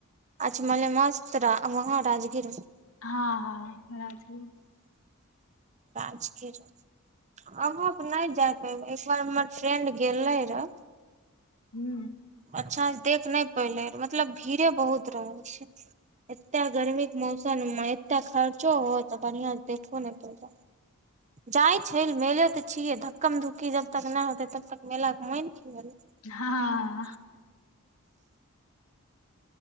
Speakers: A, on the right (about 30°); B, on the left (about 70°).
A: अच्छा मले मास त वहाँ राजगीर
B: हँ हँ हमराथ
A: राजग अहाँ त नहि जाय पयबै एकबार हमर फ्रेंड गेलै रहए
B: हू
A: अच्छासँ देख नहि पयले मतलब भीड़े बहुत रहै छै एतेक गर्मीके मौसममे एतेक खर्चो हो तऽ बढ़िआं से देखो नहि पयल जाइ छै म तऽ छिय धकम धुक्ी जबतक नहि होते तब तक मेला के मन छिय
B: हँ
A: <unintelligible>